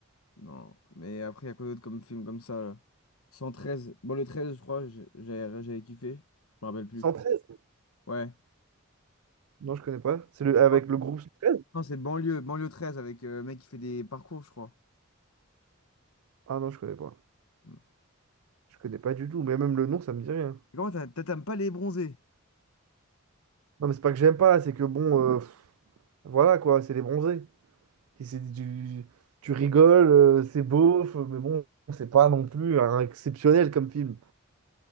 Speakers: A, on the left; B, on the right.
A: Non, mais après, il y a quoi d'autre comme film comme ça? là cent treize bon, le 13 je crois, j'ai- j'avais j'avais kiffé, je me rappelle plus.
B: 113.
A: Ouais.
B: Non, je connais pas. C'est le... avec
A: Ouais.
B: le groupe cent treize
A: Non, c'est banlieue, banlieue 13 avec euh, le mec qui fait des parcours, je crois.
B: Ah non, je connais pas.
A: Mm.
B: Je connais pas du tout. Mais même le nom, ça me dit rien.
A: Et Comment t'as- t'as- t'aimes pas les bronzés?
B: Non, mais c'est pas que j'aime pas, c'est que bon, euh, pff, voilà quoi, c'est les bronzés. Et c'est du... Tu rigoles, euh, c'est beauf, mais bon, c'est pas non plus un exceptionnel comme film.